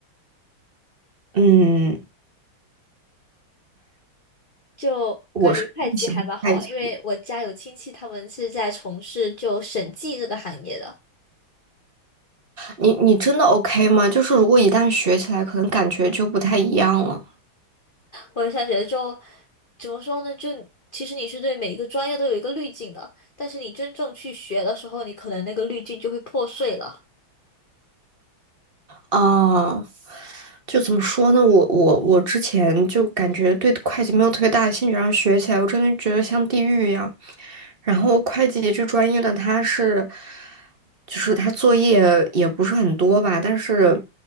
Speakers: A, on the right; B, on the left.
A: 嗯，
B: 就感觉会计还蛮好玩，
A: 我是喜欢会计。
B: 因为我家有亲戚，他们是在从事就审计这个行业的。
A: 你你真的 OK 吗？就是如果一旦学起来，可能感觉就不太一样了。
B: 我想觉得就怎么说呢？就其实你是对每一个专业都有一个滤镜的，但是你真正去学的时候，你可能那个滤镜就会破碎了。
A: 啊、就怎么说呢？我我我之前就感觉对会计没有特别大的兴趣，然后学起来，我真的觉得像地狱一样。然后会计这专业呢，它是，就是它作业也不是很多吧，但是